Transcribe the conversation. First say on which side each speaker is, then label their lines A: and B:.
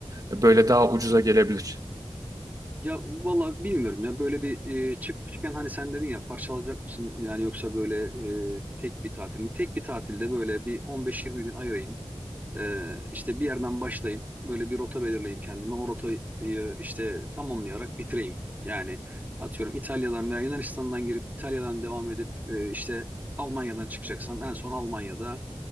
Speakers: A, on the right; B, on the right.
A: e, böyle daha ucuza gelebilir.
B: Ya valla bilmiyorum ya böyle bir e, çıkmışken hani sen dedin ya parçalayacak mısın yani yoksa böyle e, tek bir tatil mi? Tek bir tatilde böyle bir 15-20 gün ayırayım. Ee, işte bir yerden başlayayım. Böyle bir rota belirleyeyim kendime. O rotayı işte tamamlayarak bitireyim. Yani atıyorum İtalya'dan veya Yunanistan'dan girip İtalya'dan devam edip e, işte Almanya'dan çıkacaksam en son Almanya'da